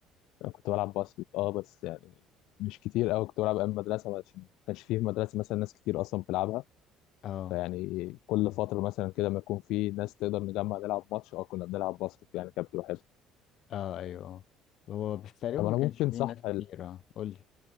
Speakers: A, on the left; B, on the left.
A: انا كنت بلعب باسكت اه بس يعني مش كتير قوي كنت بلعب ايام مدرسه عشان ما كانش فيه في مدرسه مثلا ناس كتير اصلا بتلعبها
B: اه
A: فيعني كل فتره مثلا كده ما يكون في ناس تقدر نجمع نلعب ماتش اه كنا بنلعب باسكت يعني كانت بتبقى حلوه
B: اه ايوه هو بس تقريبا
A: طب
B: ما
A: انا
B: كانش
A: ممكن
B: فيه
A: صح
B: ناس كتير اه قول لي